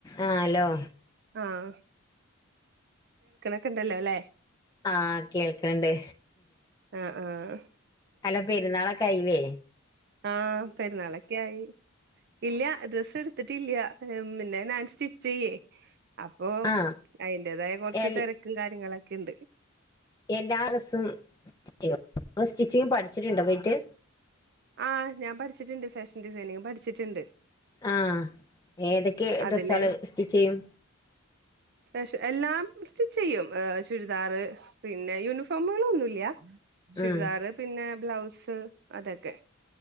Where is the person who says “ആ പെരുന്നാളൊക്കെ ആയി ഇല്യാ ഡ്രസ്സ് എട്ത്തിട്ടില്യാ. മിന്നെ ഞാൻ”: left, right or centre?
Right